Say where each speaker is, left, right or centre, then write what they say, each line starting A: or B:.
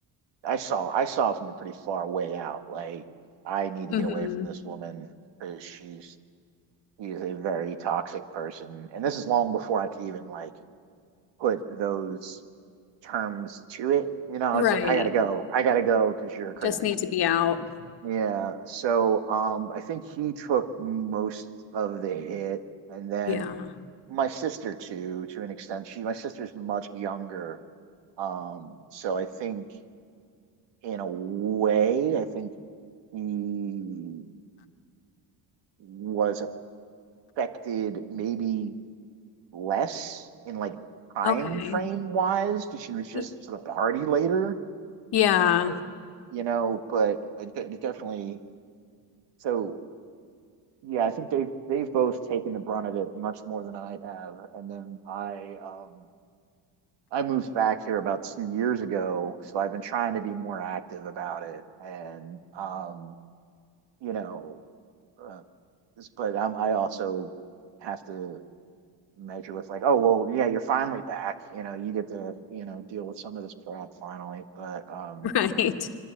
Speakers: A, on the right; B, on the left.
A: I saw I saw from a pretty far way out. Like I need
B: hmm
A: to get away from this woman because she's he is a very toxic person, and this is long before I could even like put those terms to it. You know,
B: Right.
A: it's like I gotta go, I gotta go because you're crazy.
B: Just need to be out.
A: Yeah, so um, I think he took most of the hit, and then
B: Yeah.
A: my sister too, to an extent. She, my sister's much younger, um, so I think in a way, I think he was affected maybe less in like time
B: Okay.
A: frame wise, because she was just
B: Y-
A: to the party later,
B: Yeah.
A: and like
B: <laughs>
A: you know, but it, de- it definitely so. yeah, I think they've they've both taken the brunt of it much more than I have. And then I um I moved back here about two years ago, so I've been trying to be more active about it. And um, you know, uh, this- but um, I also have to measure with like, oh well, yeah, you're finally back. You know, you get to you know deal with some of this crap finally. But um,
B: Right.